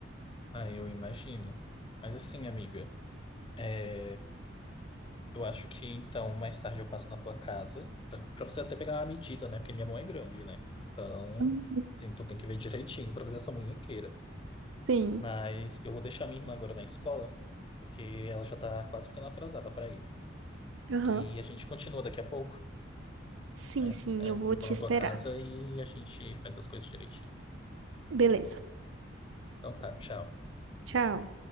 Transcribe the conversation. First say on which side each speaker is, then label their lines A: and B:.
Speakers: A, on the left; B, on the right.
A: Ah, eu imagino. Mas assim, amiga, é, eu acho que então mais tarde eu passo na tua casa pra pra você até pegar a medida, né? Porque minha mão é grande, né? Então,
B: Hum.
A: assim, tu tem que ver direitinho pra fazer essa munhequeira.
B: Sim.
A: Mas eu vou deixar minha irmã agora na escola, porque ela já tá quase ficando atrasada pra ir.
B: Aham.
A: E a gente continua daqui a pouco,
B: Sim,
A: né?
B: sim,
A: É,
B: eu vou
A: Eu
B: te
A: vou na
B: esperar.
A: tua casa e a gente faz as coisas direitinho.
B: Beleza.
A: Então tá, tchau.
B: Tchau.